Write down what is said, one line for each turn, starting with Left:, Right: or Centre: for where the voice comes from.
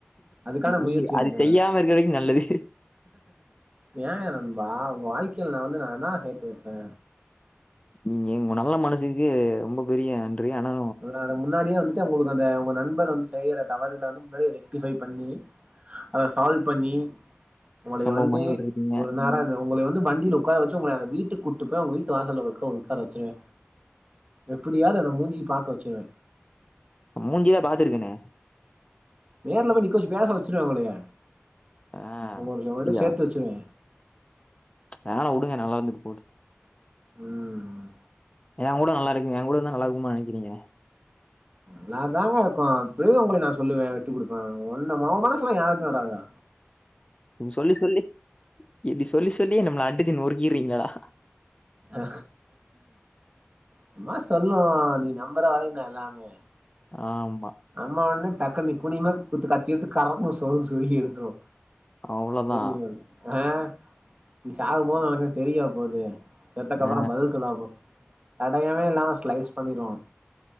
Right: அதுக்கான முயற்சி
Left: நீ
Right: எடுப்பே
Left: அது செய்யாம
Right: நானு
Left: இருக்கிறவைக் நல்லது
Right: ஏ நண்பா உங்க வாழ்க்கையில் நான் வந்து நா என்னா செய் போட்டே
Left: நீங்க உங்க நல்ல மனசுக்கு ரொம்ப பெரிய நன்றி ஆனா
Right: அத நா அத முன்னாடியே வந்துட்டு உங்களுக்கு அந்த உங்க நண்பர் வந்து செய்யற தவறுல வந்து முன்னாடியே ரெக்டிஃபை பண்ணி அத சால்வ் பண்ணி உங்களுக்கு
Left: சம்பவம்
Right: வந்து
Left: பண்ணிக்கிட்டு இருக்கீங்க.
Right: ஒரு நேர இந்த உங்களை வந்து வண்டில்ல உட்கார வச்சு உங்களை வீட்டுக் கூப்ட்டு போய் உங்க வீட்டு வாசல்ல உக்க உக்கார வச்சுருவ எப்டியாது அந்த மூஞ்சி பாக்க வச்சுருவே
Left: மூஞ்சிதா பாத்துருக்கேனே
Right: நேரல போய் நிக்க வச்சு பேச வச்சுருவே உங்களைய
Left: ஆ
Right: உங்க உங்களிட்ட
Left: அப்டியா
Right: சேர்த்து வச்சிருவே
Left: வேனா உடுங்க நல்லா இருந்துட்டு போது
Right: ம்
Left: எ கூட நல்லா இருக்கு எ கூட இருந்தா நல்ல இருக்குமா நெனைக்கிறீங்க
Right: ல்லாதாங்க க்கு இப்பவே உங்கள நா சொல்லுவே ட்டு குடுப்பே ஒன்ன ம மனசல்லா யாருக்கு வறாதுடா
Left: இப்டி சொல்லி சொல்லி இப்டி சொல்லி சொல்லி நம்மள அடுச்சு நொறுக்குறீங்களா
Right: ஆ சும்மா சொல்லுவோ நீ நம்பற வரையு தா எல்லாமே
Left: ஆமா
Right: ம்மா ஒன்னே டக்குன் நீ குனிமா குத்து கத்தி எடுத்து கறங்கு ஒரு சொருகு சொருகி எடுத்துரு
Left: அவ்ளோதா
Right: தெரியு ஆ நீ சாகும்போ உனக்கு தெரியா போது செத்தக்கப்புற
Left: ஆ
Right: பதில் சொல்லாம தடையமே இல்லாம ஸ்லைஸ் பண்ணிருவோ